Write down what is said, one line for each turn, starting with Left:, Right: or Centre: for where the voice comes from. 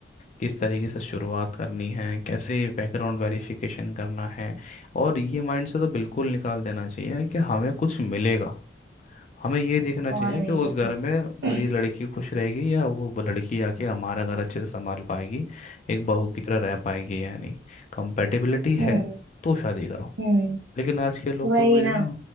Left: किस तरीके से शुरुआत करनी है कैसे बैकग्राउंड वेरिफिकेशन करना है और ये माइंड से तो बिल्कुल निकाल देना चाहिए कि हमें कुछ मिलेगा हमें ये देखना चाहिए
Right: और नहीं
Left: कि उस
Right: तो
Left: घर
Right: क्या
Left: में हमारी
Right: <clears throat>
Left: लड़की खुश रहेगी या वो ब- लड़की आके हमारा घर अच्छे से संभाल पाएगी एक बहू की तरह रह पाएगी या नहीं कंपेटिबिलिटी
Right: हम्म
Left: है तो शादी करो
Right: हम्म
Left: लेकिन आज के लोग
Right: वही
Left: तो वही है
Right: ना
Left: ना